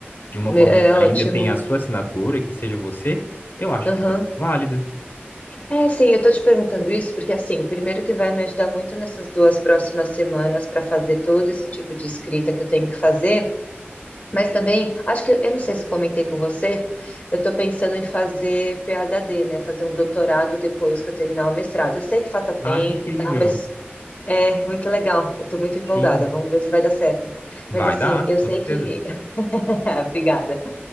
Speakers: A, on the left (about 60°); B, on the left (about 40°).
A: de uma
B: Me-
A: forma
B: É
A: que
B: ótimo.
A: ainda tenha a sua assinatura, que seja você, eu acho
B: Aham.
A: que tá tudo válido.
B: É, sim, eu tô te perguntando isso porque, assim, primeiro que vai me ajudar muito nessas duas próximas semanas para fazer todo esse tipo de escrita que eu tenho que fazer. Mas também, acho que, eu não sei se eu comentei com você, eu estou pensando em fazer PhD, né? Fazer um doutorado depois que eu terminar o mestrado. Eu sei que falta tempo
A: Ah, que incrível.
B: e tal, mas é muito legal. Eu estou muito empolgada.
A: Sim,
B: Vamos ver se vai dar certo.
A: vai
B: Mas assim,
A: dar,
B: eu
A: com
B: sei
A: certeza.
B: que. <laughs> Obrigada.